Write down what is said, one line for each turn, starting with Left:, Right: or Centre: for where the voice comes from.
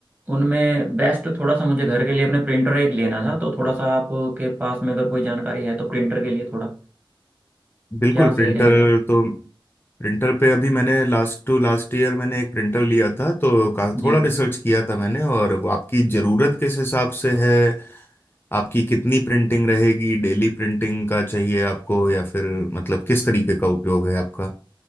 Right: उनमें बेस्ट थोड़ा सा मुझे घर के लिए अपने प्रिंटर एक लेना था तो थोड़ा सा आपके पास में अगर कोई जानकारी है तो प्रिंटर के लिए थोड़ा
Left: बिल्कुल
Right: क्या सही
Left: प्रिंटर
Right: रहेगा
Left: तो प्रिंटर पे अभी मैंने लास्ट टू लास्ट ईयर मैंने एक प्रिंटर लिया था तो का
Right: जी
Left: थोड़ा रिसर्च किया था मैंने और वो आपकी ज़रूरत किस हिसाब से है आपकी कितनी प्रिंटिंग रहेगी डेली प्रिंटिंग का चाहिए आपको या फिर मतलब किस तरीके का उपयोग है आपका